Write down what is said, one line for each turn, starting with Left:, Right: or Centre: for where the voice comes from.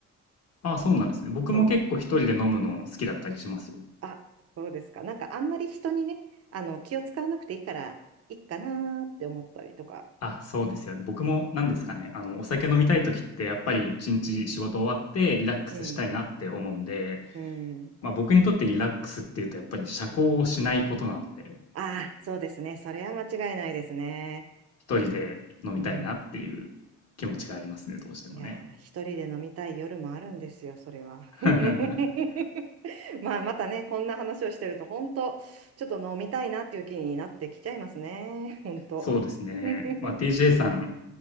Left: ああ、そうなんですね。僕も結構一人で飲むの好きだったりしますよ。
Right: そう。あ、そうですか。なんかあんまり人にね、あの、気を使わなくていいから、いいかなーって思ったりとか。
Left: あ、そうですよね。僕も何ですかね。あの、お酒飲みたい時ってやっぱり一日仕事終わってリラックスしたいなって思うんで、
Right: うん。うん。
Left: まあ僕にとってリラックスっていうとやっぱり社交をしないことなので、
Right: ああ、そうですね。それは間違いないですね。
Left: 一人で飲みたいなっていう気持ちがありますね、
Right: うん。
Left: どうしてもね。
Right: いやー、一人で飲みたい夜もあるんですよ、それは。<laughs>
Left: <laughs>
Right: <laughs> まあ、またね、こんな話をしてると、本当ちょっと飲みたいなっていう気になってきちゃいますね。本当
Left: そうですね。
Right: <laughs>
Left: まあ、TJ さん、